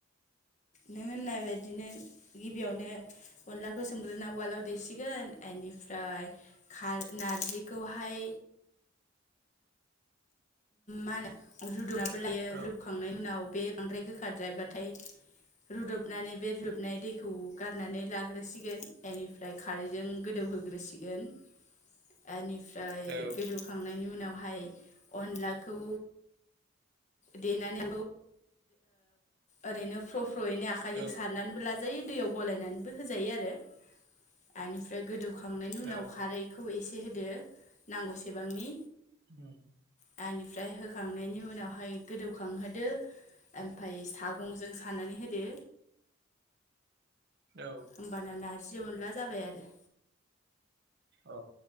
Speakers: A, on the left; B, on the right.
A: नों होननाय बायदिनो गिबियावनो अनलाखौ सोमग्रोना उवालाव देसिगोन बेनिफ्राय नारजिखौहाय मा होनो रुदुाबो लायो
B: औ
A: लोबखांनायनि उनाव बे बांद्राय गोखाराद्रायबाथाय रुदबनानै बे रुदबनाय दैखौ गारनानै लाग्रोसिगोन बेनिफ्राय खारैजों गोदौहोग्रोसिगोन बेनिफ्राय
B: औ
A: गोदौखांनायनि उनावहाय अनलाखौ देनानै ओरैनो फ्र' फ्रयैनो आखाइजों
B: औ
A: सारनानैबो ला जायो दैयाव गलायनानैबो होजायो आरो बेनिफ्राय गोदौखांनायनि उनाव
B: औ
A: खारै खौ एसे होदो नांगौसेबांनि
B: उम
A: बेनिफ्राय बहाय गोदौखांहोदो ओमफफ्राय सागंजों सानानै होदो
B: औ
A: होमबाना नारजि मोनला जाबाय आरो
B: औ